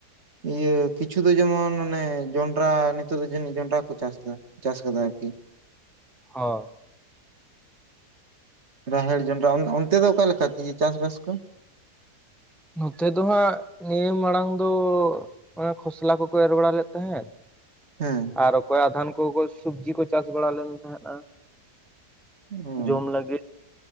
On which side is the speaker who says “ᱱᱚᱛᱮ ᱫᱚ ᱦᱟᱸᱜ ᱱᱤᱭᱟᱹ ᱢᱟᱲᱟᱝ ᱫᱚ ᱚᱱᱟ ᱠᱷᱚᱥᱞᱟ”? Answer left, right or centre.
Centre